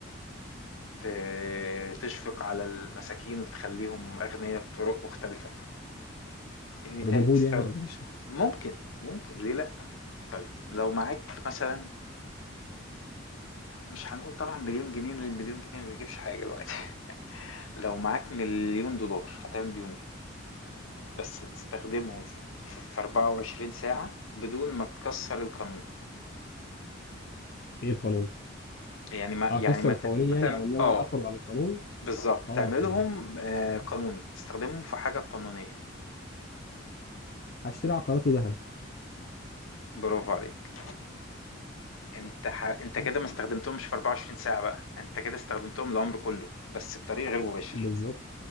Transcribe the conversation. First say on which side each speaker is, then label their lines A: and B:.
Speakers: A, on the left; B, on the left.
A: ت تشفق على المساكين وتخلّيهم أغنيا بطرق مختلفة، يعني ت
B: روبن هود
A: تستخد
B: يعني ولا ايش
A: ممكن، ممكن ليه لأ؟ طيب لو معاك مثلًا مش هنقول طبعًا مليون جنيه، لإن مليون جنيه ما بيجيبش حاجة دلوقتي، <laughs> لو معاك مليون دولار هتعمل بيهم إيه؟ بس تستخدمهم في في في 24 ساعة بدون ما تكسّر القانون،
B: ايه القانون
A: يعني ما
B: اكسر
A: يعني ما
B: القوانين
A: ت
B: يعني
A: ما تعم
B: او ان انا
A: آه.
B: اخرج عن القانون
A: بالضبط،
B: اه
A: تعملهم
B: تمام
A: آآ
B: تمام
A: قانوني، تستخدمهم في حاجة قانونية،
B: هشتري عقارات وذهب
A: برافو عليك. أنت ح أنت
B: بس.
A: كده ما استخدمتهمش في 24 ساعة بقى، أنت كده استخدمتهم العمر كله، بس بطريق غير مباشر.
B: بالظبط